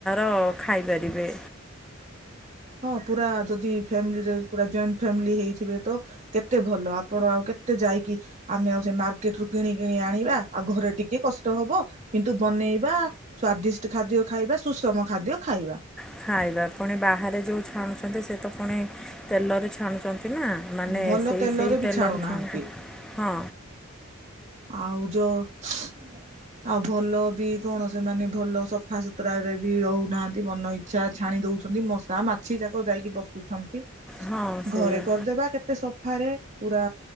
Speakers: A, in the centre; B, on the right.
A: ହଁ ଖାଇପାରିବେ।
B: ହଁ ପୁରା ଯଦି ଫ୍ୟାମିଲି ପୁରା ଜଏଣ୍ଟ ଫ୍ୟାମିଲି ହେଇଥିବେ ତ କେତେ ଭଲ ଆପଣ ଆଉ କେ କେତେ ଯାଇକି ଆମେ ଆଉ ସେ ମାର୍କେଟ ରୁ କିଣି କିଣି ଆଣିବା ଆଉ ଘରେ ଟିକେ କଷ୍ଟ ହବ କିନ୍ତୁ ବନେଇବା ସ୍ଵାଦିଷ୍ଟ ଖାଦ୍ୟ ଖାଇବା। ସୁଷମ ଖାଦ୍ୟ ଖାଇବା।
A: ଖାଇବା ପୁଣି ବାହାରେ ଯେଉ ଛାଣୁଛନ୍ତି ସେ ତ ପୁଣି ତେଲରେ ଛାଣୁଛନ୍ତି। କି ନା ମାନେ
B: ଭଲ
A: ସେଇ
B: ତେଲରେ
A: ସେଇ
B: ବି
A: ତେଲର
B: ଛାଣୁନାହାନ୍ତି
A: ଛାଣୁଛନ୍ତି ହଁ।
B: ଆଉ ଯୋଉ ଆଉ ଭଲ ବି କଣ ସେମାନେ ଭଲ ସଫାସୁତୁରା ରେ ବି ରହୁନାହାନ୍ତି, ମନ ଇଚ୍ଛା ଛାଣି ଦଉଛନ୍ତି ମଶା ମାଛି। ଯାକ ଯାଇକି ବସୁଛନ୍ତି।
A: ହଁ ସେଇଆ।
B: ଘରେ କରିଦେବା କେତେ ସଫାରେ ପୁରା